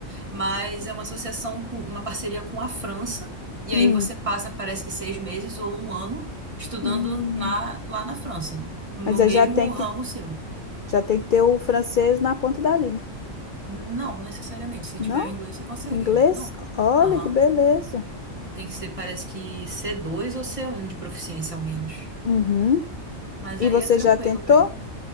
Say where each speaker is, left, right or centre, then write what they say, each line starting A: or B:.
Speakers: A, on the right; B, on the left.
A: mas é uma associação, com, uma parceria com a França, e
B: hum,
A: aí você passa, parece que seis meses ou um ano estudando
B: hum.
A: na, lá na França, no
B: Mas
A: mesmo
B: aí já tem que,
A: ramo seu.
B: já tem que ter o francês na ponta da língua.
A: Não, necessariamente. Se
B: Não?
A: tiver o inglês, você consegue.
B: Inglês?
A: Não.
B: Olha
A: Aham.
B: que beleza.
A: Tem que ser, parece que c dois ou c um de proficiência, ao menos.
B: Uhum.
A: Mas
B: E
A: aí
B: você
A: é tranquilo
B: já tentou?
A: pra ir.